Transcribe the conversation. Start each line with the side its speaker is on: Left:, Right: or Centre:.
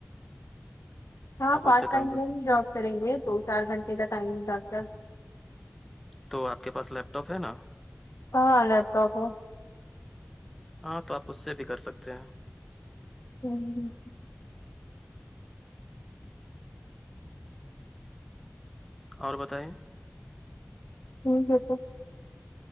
Left: ہاں
Centre: آپ
Left: پارٹ
Centre: اس سے
Left: ٹائم
Centre: کام کرتے
Left: میں ہی
Centre: ہیں.
Left: جاب کریں گے دو چار گھنٹے کا ٹائم ڈاکر
Centre: تو آپ کے پاس لیپ ٹاپ ہے نا
Left: کہ لپ تاپ ہو
Centre: ہاں تو آپ اس سے بھی کر سکتے ہیں
Left: کوی جی <unintelligible>
Centre: اور بتائیں
Left: ٹھیک ہے سب